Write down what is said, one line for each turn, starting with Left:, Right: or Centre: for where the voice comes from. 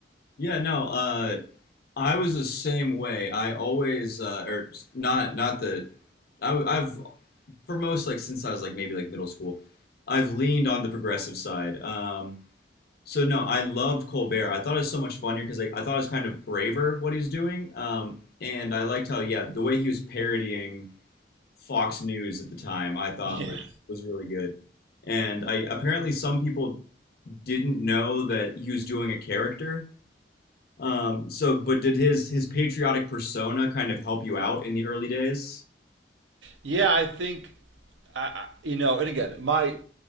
Left: Yeah, no, uh, I was the same way. I always, uh, or not, not the, I, I've, for most, like, since I was, like, maybe, like, middle school, I've leaned on the progressive side. Um, so no, I loved Colbert. I thought it was so much funnier because like I thought it was kind of braver what he was doing. Um, and I liked how yeah the way he was parodying Fox News at the time I thought
Right: Yeah.
Left: was was really good. And I apparently some people didn't know that he was doing a character. Um, so but did his his patriotic persona kind of help you out in the early days?
Right: yeah, I think I, you know, and again, my